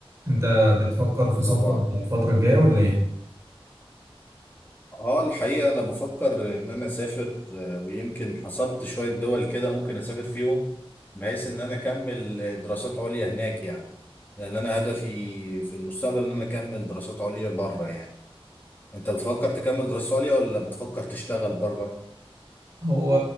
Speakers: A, on the right (about 30°); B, on the left (about 20°).
A: انت بتفكر في سفر
B: طبعا
A: الفترة الجاية ولا ايه؟
B: اه الحقيقة أنا بفكر إن أنا أسافر آه، ويمكن حصرت شوية دول كده ممكن أسافر فيهم بحيث إن أنا أكمل آه، دراسات عليا هناك يعني لأن أنا هدفي في المستقبل إن أنا أكمل دراسات عليا بره يعني أنت بتفكر تكمل دراسات عليا ولا بتفكر تشتغل بره؟
A: هو